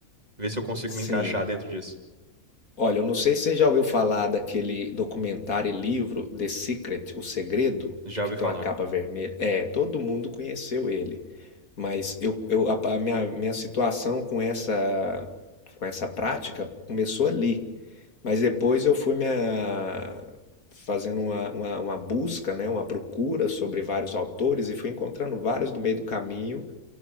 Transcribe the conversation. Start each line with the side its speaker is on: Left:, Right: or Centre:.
Right: ver se eu consigo
Left: Sim,
Right: me encaixar dentro disso.
Left: Olha, eu não sei se você já ouviu falar daquele documentário e livro The Secret, O Segredo,
Right: Já
Left: que
Right: ouvi
Left: tem
Right: falar.
Left: uma capa vermelha. É, todo mundo conheceu ele, mas eu, eu a, pa- a minha, minha situação com essa com essa prática começou ali, mas depois eu fui me a- fazendo uma, uma, uma busca, né, uma procura sobre vários autores e fui encontrando vários no meio do caminho